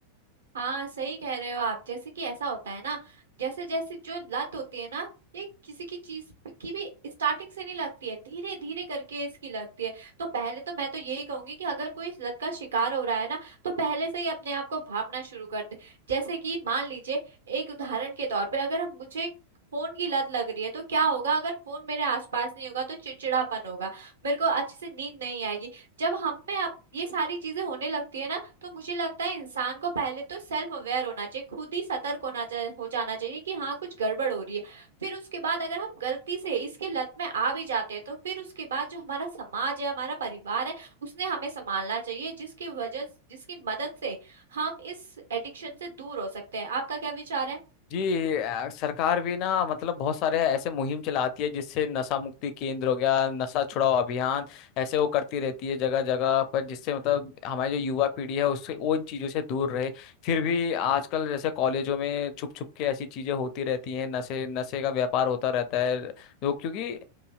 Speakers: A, on the right (about 65°); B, on the left (about 40°).
A: हाँ सही कह रहे हो आप जैसे कि ऐसा होता है ना जैसे जैसे जो लत होती है ना ये किसी की चीज की भी स्टार्टिंग से नहीं लगती है धीरे धीरे करके इसकी लगती है तो पहले तो मैं तो यही कहूंगी कि अगर कोई इस लत का शिकार हो रहा है ना तो पहले से ही अपने आप को भांपना शुरू कर दे जैसे कि मान लीजिए एक उदाहरण के तौर पे अगर मुझे फोन की लत लग रही है तो क्या होगा अगर फोन मेरे आसपास नहीं होगा तो चिड़चिड़ापन होगा मेरे को अच्छे से नींद नहीं आएगी जब हम में अब ये सारी चीजें होने लगती है ना तो मुझे लगता है इंसान को पहले तो सेल्फ अवेयर होना चाहिए खुद ही सतर्क होना चाहिए हो जाना चाहिए कि हाँ कुछ गड़बड़ हो रही है फिर उसके बाद अगर हम गलती से इसके लत में आ भी जाते हैं तो फिर उसके बाद जो हमारा समाज है हमारा परिवार है उसने हमें संभालना चाहिए जिसकी वजह जिसकी मदद से हम इस एडिक्शन से दूर हो सकते हैं आपका क्या विचार है
B: जी अ, सरकार भी ना मतलब बहुत सारे ऐसे मुहिम चलाती है जिससे नशा मुक्ति केंद्र हो गया नशा छुड़ाओ अभियान ऐसे वो करती रहती है जगह जगह पर जिससे मतलब हमारी जो युवा पीढ़ी है उससे उन चीजों से दूर रहे फिर भी आजकल जैसे कॉलेजों में छुप छुप के ऐसी चीजें होती रहती हैं नशे नशे का व्यापार होता रहता है लोग क्योंकि